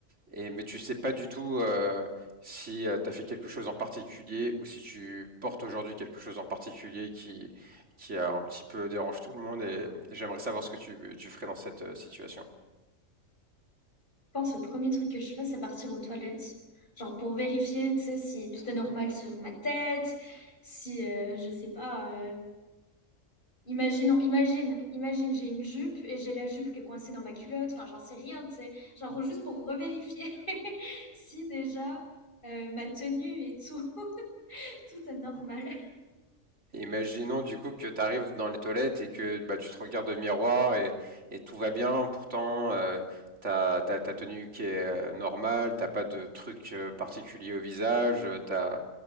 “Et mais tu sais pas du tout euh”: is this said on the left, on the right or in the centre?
Right